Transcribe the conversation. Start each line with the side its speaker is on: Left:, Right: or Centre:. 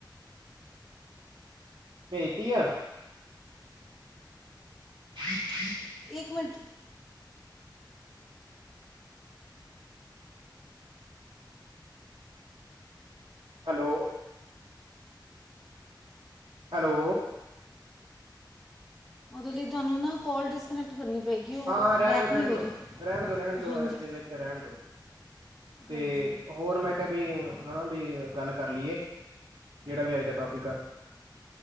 Right: ਭੇਜਤੀ ਆ <unintelligible>
Centre: ਇੱਕ ਮਿੰਟ
Right: ਹੈਲੋ ਹੈਲੋ
Centre: ਉਹਦੇ ਲਈ ਤੁਹਾਨੂੰ ਨਾ ਕੋਲ ਡਿਸਕਨੈਕਟ ਕਰਨੀ ਪਏਗੀ ਉਹ
Right: ਹਾਂ ਰਹਿਣ
Centre: ਬੈਕ
Right: ਦੋ ਰਹਿਣ
Centre: ਨਹੀਂ
Right: ਦੋ
Centre: ਹੋ ਰਹੀ
Right: ਰਹਿਣ ਦੋ ਰਹਿਣ ਦੋ
Centre: ਹਾਂਜੀ
Right: ਇਹਦੇ ਵਿੱਚ ਰਹਿਣ ਤੋਂ ਤੇ
Centre: ਹਾਂਜੀ
Right: ਹੋਰ ਮੈਂ ਵੀ ਹਨਾ ਵੀ ਗੱਲ ਕਰ ਲਈਏ ਜਿਹੜਾ ਵੀ ਅੱਜ ਦਾ ਟੋਪਿਕ ਆ